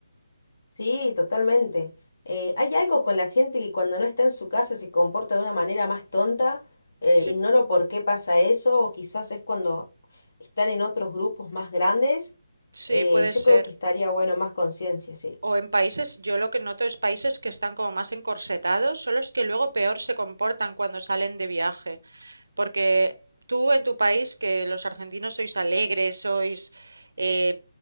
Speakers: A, on the left; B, on the right.
A: Sí, totalmente. Eh, hay algo con la gente que cuando no está en su casa se comporta de una manera más tonta. eh,
B: Sí,
A: ignoro por qué pasa eso, o quizás es cuando están en otros grupos más grandes.
B: sí,
A: Eh,
B: puede
A: yo
B: ser.
A: creo que estaría bueno más conciencia, sí.
B: O en países, yo lo que noto es países que están como más encorsetados, son los que luego peor se comportan cuando salen de viaje. Porque tú en tu país, que los argentinos sois alegres, sois eh,